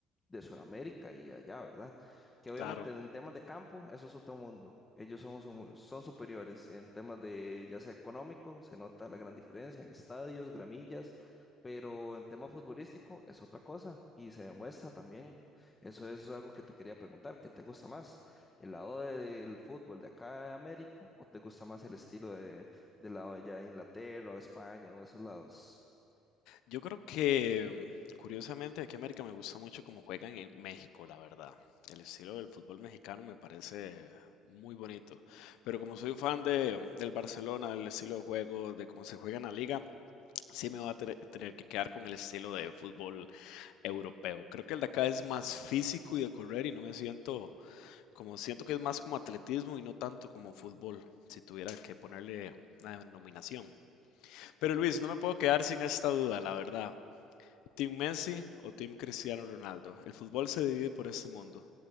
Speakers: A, on the left; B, on the left.
A: de Sudamérica y allá, ¿verdad? que obviamente
B: claro.
A: en temas de campo, eso es otro mundo. Ellos son, su- son superiores en temas de, ya sea económico, se nota la gran diferencia en estadios, gramillas, pero en tema futbolístico es otra cosa y se demuestra también. Eso es algo que te quería preguntar, ¿qué te gusta más? ¿El lado del fútbol de acá de América o te gusta más el estilo de, del lado de allá de Inglaterra o España o esos lados?
B: Yo creo que, mm, curiosamente, aquí en América me gusta mucho cómo juegan en México, la verdad. El estilo del fútbol mexicano me parece muy bonito. Pero como soy fan de, mm, del Barcelona, del estilo de juego, de cómo se juega en la liga, sí me va a tre- tener que quedar con el estilo de fútbol europeo. Creo que el de acá es más físico y de correr y no me siento como, siento que es más como atletismo y no tanto como fútbol, si tuviera que ponerle una denominación. Pero Luis, no me puedo quedar sin esta duda, la verdad. Team Messi o Team Cristiano Ronaldo. El fútbol se divide por este mundo.